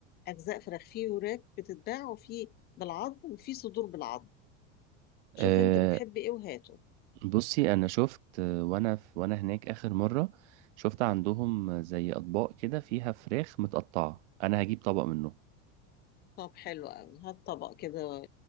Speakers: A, on the left (about 25°); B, on the right (about 65°).
A: أجزاء فراخ في وراك بتتباع وفي بالعظم وفي صدور بالعظم
B: أه
A: شوف انت بتحب ايه وهاته
B: بصي أنا شفت آه، وأنا في وأنا هناك آخر مرة شفت عندهم زي أطباق كده فيها فراخ متقطعة أنا هجيب طبق منه
A: طب حلو قوي هات طبق كده